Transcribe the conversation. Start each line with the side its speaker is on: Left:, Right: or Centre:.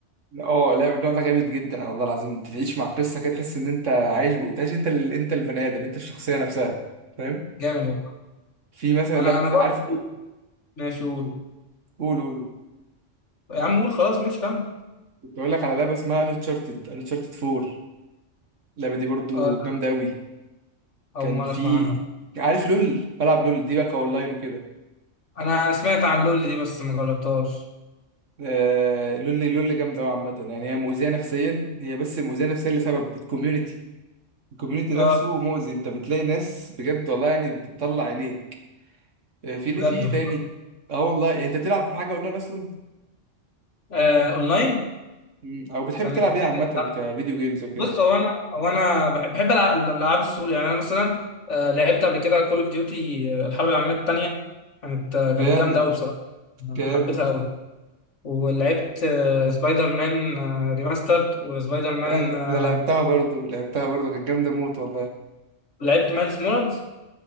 Right: اه لا النوع ده جامد جدا والله العظيم تعيش مع القصه كده تحس ان انت عايش جوه تعيش انت ال... انت البني ادم انت الشخصيه نفسها فاهم
Left: جامد والله
Right: في مثلا
Left: انا
Right: لعبه
Left: انا
Right: زي-
Left: برضه
Right: عارف
Left: ماشي قول
Right: قول قول قول
Left: يا عم قول خلاص ماشي كمل
Right: كنت اقول لك على لعبه اسمها انشارتد انشارتد 4 اللعبه دي برضو
Left: اه
Right: جامده قوي
Left: اول
Right: كان
Left: مره
Right: في
Left: اسمع عنها
Right: عارف لول بلعب لول دي بقى اونلاين وكده
Left: انا سمعت عن لول دي بس ما جربتهاش
Right: آه... لول لول جامده قوي عامه يعني هي مؤذيه نفسيا هي بس مؤذيه نفسيا لسبب الكوميونتي الكوميونتي نفسه
Left: اه
Right: مؤذي انت بتلاقي ناس بجد والله يعني بتطلع عينيك آه، في اللي
Left: بجد
Right: فيه
Left: والله.
Right: تاني اه والله انت بتلعب حاجه اونلاين اصلا
Left: آه اونلاين
Right: مم. او بتحب
Left: استنى
Right: تلعب
Left: كده افتكر
Right: ايه عامه
Left: لا
Right: كفيديو جيمز وكده
Left: بص هو انا هو انا بحب بحب الع- الالعاب السول يعني انا مثلا آه لعبت قبل كده كول اوف ديوتي الحرب العالميه الثانيه كانت آه، كانت
Right: جامد
Left: جامده قوي بصراحه انا
Right: جامد
Left: حبيتها قوي ولعبت آه، سبايدر مان آه، ريماسترد وسبايدر
Right: ده
Left: مان
Right: انا
Left: آه،
Right: أنا لعبتها برضو لعبتها برضو كانت جامده موت والله
Left: لعبت مايلز مورالز